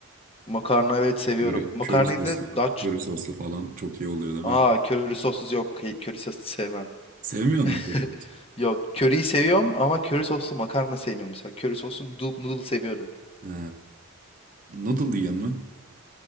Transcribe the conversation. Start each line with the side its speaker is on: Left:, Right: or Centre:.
Left: Makarna evet seviyorum.
Right: Köri,
Left: Makarnayı
Right: köri soslu,
Left: da daha... ç-
Right: köri soslu falan çok iyi oluyor değil
Left: Aa
Right: mi?
Left: köri sossuz yok. Kı- Köri soslu sevmem.
Right: Sevmiyor musun
Left: <laughs>
Right: köri sosu?
Left: Yok köriyi seviyorum ama köri soslu makarna sevmiyorum mesela. Köri soslu noodle, noodle seviyorum.
Right: Ha. Noodle yiyen mi?